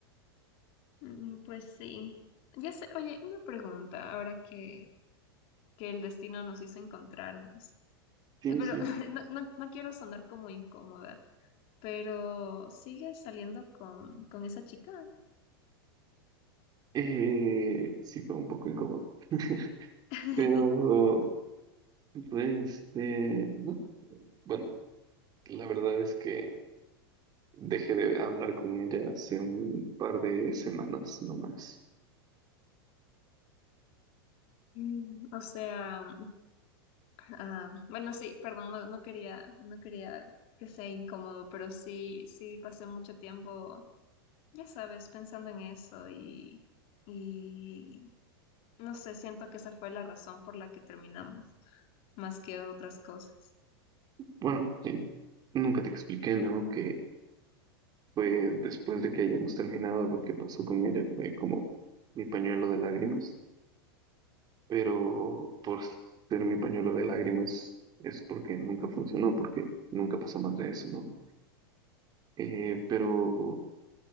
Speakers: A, on the left; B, on the right.
A: Mm, Pues sí. Ya sé, oye, una pregunta, ahora que, que el destino nos hizo encontrarnos.
B: Sí,
A: Eh, Pero
B: sí.
A: <laughs> no, no, no quiero sonar como incómoda, pero ¿sigues saliendo con, con esa chica?
B: Eh, sí fue un poco incómodo. <laughs>
A: <laughs>
B: Pero, pues, eh, no. Bueno, la verdad es que dejé de hablar con ella hace un par de semanas nomás.
A: Mm, O sea, Ah, bueno, sí, perdón, no, no quería, no quería que sea incómodo, pero sí, sí pasé mucho tiempo, ya sabes, pensando en eso y, y no sé, siento que esa fue la razón por la que terminamos, más que otras cosas.
B: Bueno, eh, nunca te expliqué, ¿no? Que fue después de que hayamos terminado lo que pasó con ella, fue como mi pañuelo de lágrimas. Pero por ser mi pañuelo de lágrimas es porque nunca funcionó, porque nunca pasó más de eso, ¿no? Eh, pero.